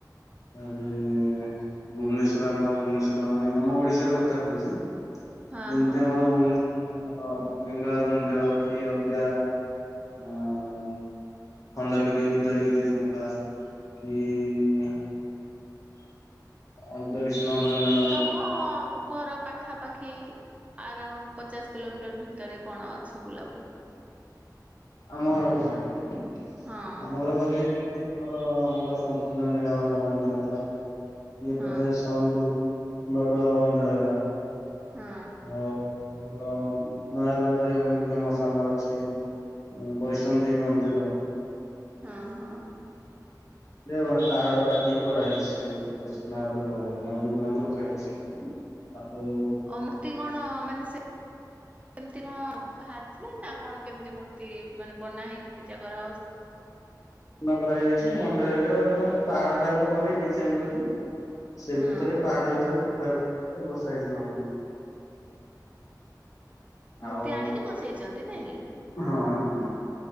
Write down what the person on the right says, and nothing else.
ହଁ
ହଁ।
ମ ଅ ଘର ପାଖାପାଖି ଆରାଉଣ୍ଡ ପଚାଶ କିଲୋମିଟର ଭି ଭିତରେ କଣ ଅଛି ବୁଲାବୁଲି
ହଁ।
ହଁ
ହଁ
ହଁ ହଁ।
ଅମୃର୍ତ୍ତି କଣ ମାନେ ସେ କେମିତି କଣ ବାହାରି ଥିଲା ନା କଣ କେମିତି ମୂର୍ତ୍ତି ମାନେ ବନା ହେଇକି ପୂଜା କରାହେଉଚି?
ହଁ
ମୂର୍ତ୍ତି
ଆଣିକି ବସେଇଚନ୍ତି ନାଇଁକି?